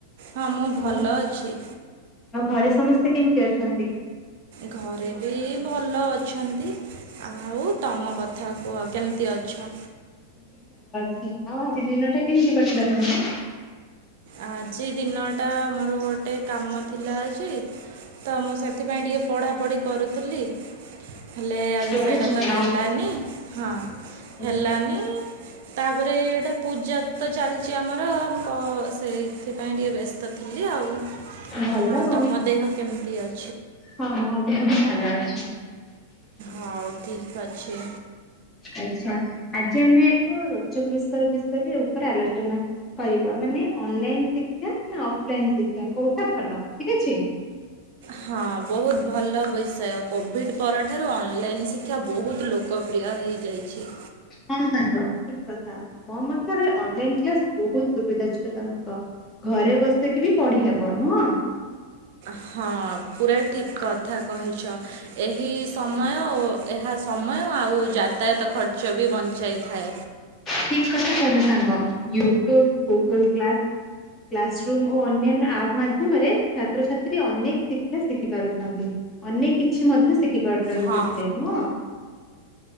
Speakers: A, on the right; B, on the left.
A: ହଁ ମୁଁ ଭଲ
B: ଆଉ ଘ
A: ଅଛି।
B: ଆଉ ଘରେ ସମସ୍ତେ କେମିତି ଅଛନ୍ତି?
A: ଘରେ ବି ଭଲ ଅ ଛନ୍ତି। ଆଉ ତମ କଥା କୁହ। କେମିତି ଅଛ?
B: ଛି। ଆଉ ଆଜି ଦିନଟା କେମିତି କଟିଲା ତମର?
A: ଆଜି ଦିନଟା ମୋର ଗୋଟେ କାମ ଥିଲା ଆଜି। ତ ମୁଁ ସେଥିପାଇଁ ଟିକେ ପଢ଼ାପଢ଼ି କରୁଥିଲି ହେଲେ ଆଜି
B: ବହୁତ
A: ସେଇଟା ତ
B: ଭଲ।
A: ହେଲାନି। ହଁ
B: ଆଚ୍ଛା
A: ହେଲାନି ତାପରେ ଏଇଟା ପୂଜା ତ ଚାଲିଛି ଆମର <unintelligible> ସେଇଥିପାଇଁ ଟିକେ ବ୍ୟସ୍ତ ଥିଲି ଆଉ।
B: ଭଲ
A: ହଁ
B: ଆଉ
A: ତମ ଦେହ କେମିତି ଅଛି?
B: ହଁ ମୋ ଦେହ ବି ଭଲ ଅଛି।
A: ହଉ ଠିକ ଅଛି।
B: ଆଚ୍ଛା ଆଜି ଆମେ ଏକ ରୋଚକ ବିଷ ବିଷୟରେ ଉପରେ ଆଲୋଚନା କ-କରିବା ମାନେ ଅନଲାଇନ ଶିକ୍ଷା ନା ଅଫଲାଇନ ଶିକ୍ଷା କୋଉଟା ଭଲ ଠିକ ଅଛି।
A: ହଁ ବହୁତ ଭଲ ବିଷୟ କୋଭିଡ଼ ପରଠାରୁ ଅନଲାଇନ୍ ଶିକ୍ଷା ବହୁତ ଲୋକପ୍ରିୟ ହେଇଯାଇଛି।
B: ହଁ ସାଙ୍ଗ ଠିକ କଥା ମୋ ମତରେ ଅନଲାଇନ କ୍ଲାସ ବହୁତ ସୁବିଧାଜନକ ଘରେ ବସିକି ବି ପଢିହେବ ନୁହଁ?
A: ହଁ ପୁରା ଠିକ କଥା କହିଛ ଏହି ସମୟ ଓ ଏହା ସମୟ। ଆଉ ଯାତାୟାତ ଖର୍ଚ୍ଚ ବି ବଞ୍ଚାଇ। ଥାଏ।
B: ଠିକ କଥା କହିଲେ ସାଙ୍ଗ YouTube Google class classroom ଓ ଅନ୍ୟାନ୍ୟ ଆପ୍ ମାଧ୍ୟମରେ ଛାତ୍ରଛାତ୍ରୀ ଅନେକ ଶିକ୍ଷା ଶିଖି ପାରୁଛନ୍ତି ଅନେକ କିଛି ମଧ୍ୟ ଶିଖି। ପାରୁଛନ୍ତି
A: ହଁ
B: ସେଥିରେ ନୁହଁ।